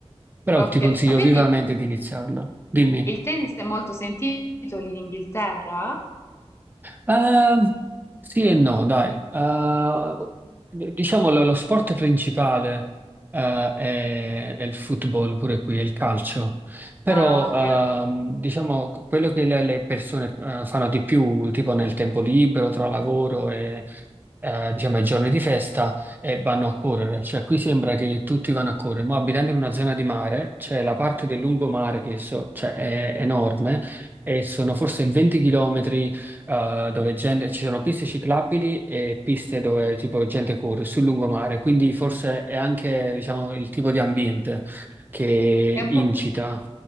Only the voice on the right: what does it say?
Però
ti consiglio
vivamente di iniziarlo. Dimmi.
Ehm, sì e no, dai. Eh, diciamo lo, lo sport principale eh, è, è il football, pure qui, è il calcio. Però
ehm, diciamo quello che le, le persone eh, fanno di più, tipo nel tempo libero, tra lavoro e eh, diciamo i giorni di festa, e vanno a correre. Cioè qui sembra che tutti vanno a correre, ma abitando in una zona di mare, c'è la parte del lungomare che so- cioè, è enorme e sono forse 20 km eh, dove gente- ci sono piste ciclabili e piste dove tipo gente corre sul lungomare, quindi forse è anche diciamo, il tipo di ambiente che
incita